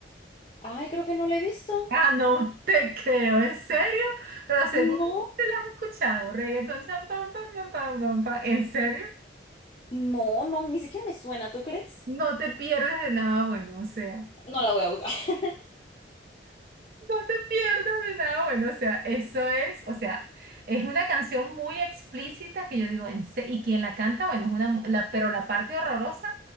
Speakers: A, on the left (about 30°); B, on the right (about 50°).
A: Ay, creo que no la he visto.
B: Ah, no te creo, ¿en serio? Pero seguro
A: No,
B: que lo has escuchado. Reggaetón, cham, pam, pam, pam, pam, pam, pam. ¿En serio?
A: no, no, ni siquiera me suena, ¿tú crees?
B: No te pierdes de nada bueno, o sea,
A: No la voy a buscar. <laughs>
B: no te pierdas de nada bueno, o sea, eso es, o sea, es una canción muy explícita que yo digo, en se- y quien la canta, bueno, es una, mu- la, pero la parte horrorosa,